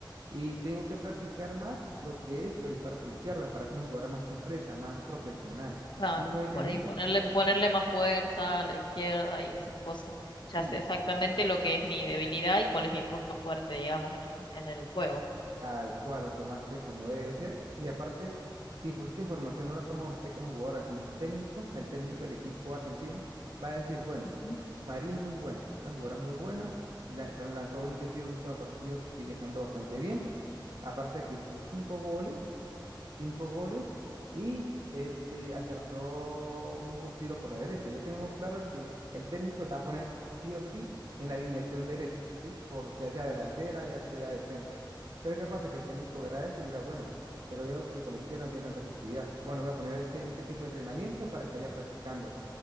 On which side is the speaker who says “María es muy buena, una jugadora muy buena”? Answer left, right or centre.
Right